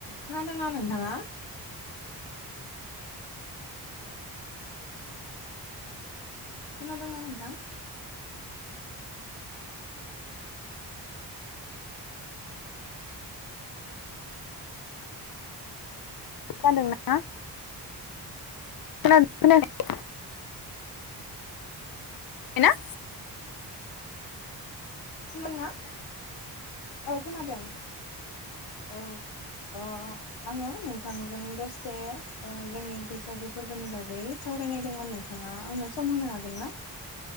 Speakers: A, on the left; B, on the left.
A: खोनादोंना नोंथाङा खोनादोंना नोंथां
B: खोनादोंना खोनादों ना खोनायाखै <unintelligible>
A: खोनादों ना औ खोनादों औ अ आङो नोंथांजों दसे ओ जोंनि बैसागु फोरबोनि बागै सावरायनायदोंमोन नोंथाङा आंनो सम होनो हागोन ना